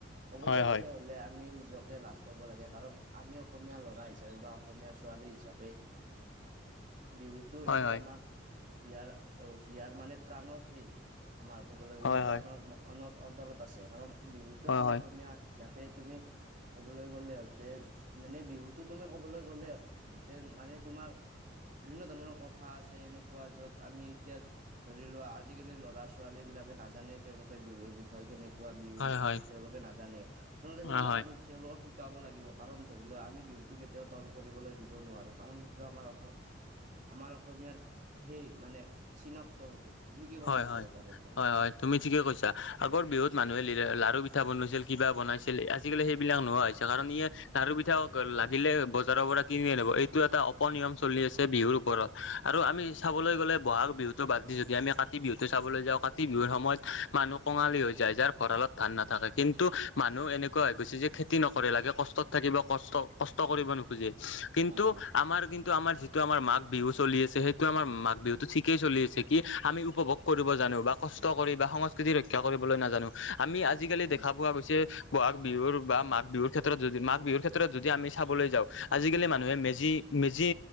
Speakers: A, on the right; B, on the left.
A: কবলৈ
B: হয় হয়
A: গলে হলে আমি নিজকে লাজ পাব লাগে কাৰণ আমি অসমীয়া ল'ৰা হিচাপে বা অসমীয়া ছোৱালী হিচাপে বিহুটো হৈছে
B: হয়
A: আমাৰ হিয়াৰ অ, হিয়াৰ মানে প্ৰাণৰ সেই আমাৰ ক'বলৈ গ'লে
B: হয়
A: প্ৰাণৰ
B: হয়
A: <unintelligible> অন্তৰত আছে কাৰণ বিহুটো
B: হয়
A: আমি
B: হয় হয়
A: অসমীয়া হিচাপে তুমি ক'বলৈ গ'লে হতেন মানে বিহুটো তুমি ক'বলৈ গ'লে হতেন মানে তোমাৰ বিভিন্ন ধৰণৰ কথা আছে এনেকুৱা য'ত আমি এতিয়া ধৰি লোৱা আজিকালিৰ ল'ৰা- ছোৱালীবিলাকে নাজানেই তেওঁলোকে বিহুৰ বিষয়ে কেনে কোৱা বিহু
B: হয় হয়
A: কি
B: হয়
A: তেওঁলোকে নাজানে আচলতে সেইবিলাক
B: হয়
A: আমি তেওঁলোকক শিকাব লাগিব কাৰণ ধৰি লোৱা আমি বিহুতো কেতিয়াও তল পৰিবলৈ দিব নোৱাৰো কাৰণ সেইটো আমাৰ অসম আমাৰ অসমীয়াৰ সেই মানে চিনাক্ত সেইটো। তুমি কি ক'ব
B: হয়-
A: বিচাৰা তাৰে ওপৰত
B: হয়-হয় -হয়। তুমি ঠিকে কৈছা আগৰ বিহু মানুহে লিৰা লাৰু, পিঠা বনইছিল কিবা বনাইছিল আজিকালি সেই বিলাক
A: হয়
B: নোহোৱা হৈছে
A: হয়
B: কাৰণ ইয়ে লাৰু, পিঠা লাগিলে বজাৰৰ পৰা কিনি আনিব এইটো এটা অপনিয়ম চলি আছে বিহুৰ ওপৰত। আৰু আমি চাবলৈ গ'লে বহাগ বিহুতো বাদ দি যদি আমি কাতি বিহুতো চাবলৈ যাওঁ কাতি বিহুৰ সময়ত মানুহ কঙালী হৈ যায় যাৰ ভঁৰালত ধান নাথাকে কিন্তু মানুহ এনেকুৱা হৈ গৈছে যে খেতি নকৰে লাগে কষ্টত থাকিব কষ্ট- কষ্ট কৰিব নোখোজে। কিন্তু
A: হয় হয়
B: আমাৰ কিন্তু আমাৰ যি যিটো আমাৰ মাঘ বিহু চলি আছে সেইটো আমাৰ মাঘ বিহুটো ঠিকেই চলি আছে কি আমি উপভোগ কৰিব জানো বা কষ্ট কৰি বা সংস্কৃতি ৰক্ষা কৰিবলৈ নাজানো আমি আজিকালি
A: হয়
B: দেখা পোৱা গৈছে বহাগ বিহুৰ বা মাঘ বিহুৰ ক্ষেত্ৰত যদি মাঘ বিহুৰ ক্ষেত্ৰত যদি আমি চাবলৈ যাওঁ আজিকালি মানুহে মেজি মেজি